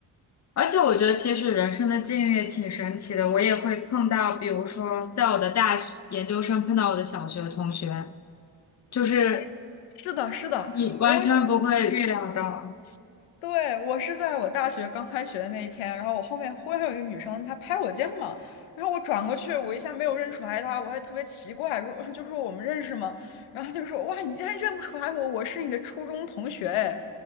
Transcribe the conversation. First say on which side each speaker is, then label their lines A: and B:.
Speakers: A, on the left; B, on the left.
A: 而且我觉得其实人生的境遇也挺神奇的，我也会碰到，比如说在我的大学研究生碰到我的小学同学，就是
B: 哎，是的，是的，
A: 你完全不会预料到。
B: 我有对，我是在我大学刚开学的那一天，然后我后面忽然有一个女生，她拍我肩膀，然后我转过去，我一下没有认出来她，我还特别奇怪，说 <laughs> 就说我们认识吗？然后她就说哇，你竟然认不出来我，我是你的初中同学，哎，